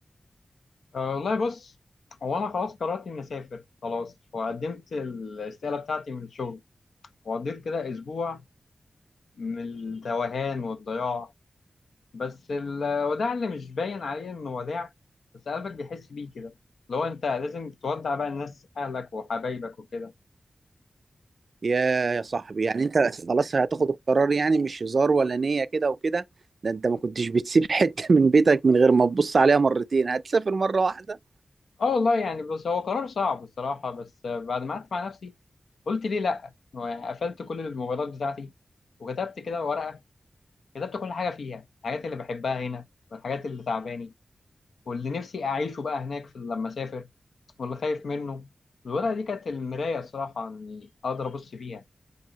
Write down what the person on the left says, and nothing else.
أه والله بص هو انا خلاص قررت اني اسافر خلاص وقدمت الاستقاله بتاعتي من الشغل وقضيت كده اسبوع من التوهان والضياع بس الوداع اللي مش باين عليه انه وداع بس قلبك بيحس بيه كده اللي هو انت لازم تودع بقى الناس اهلك وحبايبك وكده
اه والله يعني بس هو قرار صعب الصراحة بس بعد ما قعدت مع نفسي قلت ليه لا هو يعني قفلت كل الموبايلات بتاعتي وكتبت كده ورقة كتبت كل حاجة فيها الحاجات اللي بحبها هنا والحاجات اللي تعباني واللي نفسي اعيشه بقى هناك في لما اسافر واللي خايف منه الورقة دي كانت المراية الصراحة اني اقدر ابص فيها